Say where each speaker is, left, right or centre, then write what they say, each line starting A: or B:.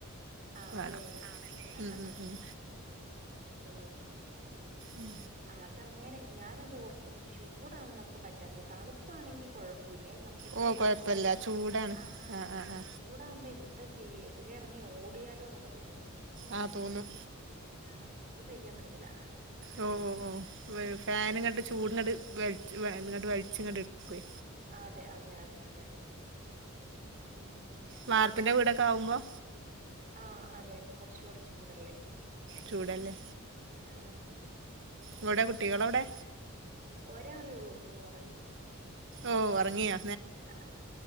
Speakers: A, on the right; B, on the right.
A: ആണല്ലേ
B: വേണം
A: അ
B: ഉം
A: ഹ ഹ
B: ഉം
A: ഹ
B: ഉം
A: അത്‌ കൊള്ളാം
B: ഉം
A: അതങ്ങനെ ഞാനതൊർക്കും ചൂടാണ് നമുക്ക് പറ്റാത്തതണുപ്പാണെങ്കിൽ കൊഴ പുല്യ നമുക്ക് എത്ര
B: ഓ
A: തണുത്താലും
B: കൊഴപ്പല്ല ചൂടാണ്
A: ആഹ്
B: ആ ആ ആ
A: ചൂ ടാവുമ്പ എന്തചെയ്യ ഇത് ലെ എറങ്ങി ഓടിയാലോന്നൊക്കെ തോന്നും
B: ആ തോന്നും
A: ആഹ് ചൂട് സഹിക്കാൻ പറ്റത്തില്ല ഹ്ഹ
B: ഓ ഓ ഓ വെ ഫാൻങ്ങട്ട് ചൂട്ങ്ങട്ട് വൽച് വെ ഇങ്ങട്ട് വൽച്ങ്ങട്ട് ഇട്ക്കുവേ
A: അതെ അതെ അതെ അതെ ഉ മ്.
B: വാർപ്പ്ന്റെ വീടക്കാവുമ്പോ
A: ആഹ് അതെ കൊറച്ചൂടെ ചൂടല്ലേ
B: ചൂടല്ലേ
A: ഹ ഹ ഹ
B: ഇവിടെ കുട്ടികളവിടെ
A: ആഹ് ഒരാളേ ഉള്ളൂ ദേ ഒറങ്ങി.
B: ഓഹ് ഒറങ്ങിയോ?
A: ആഹ്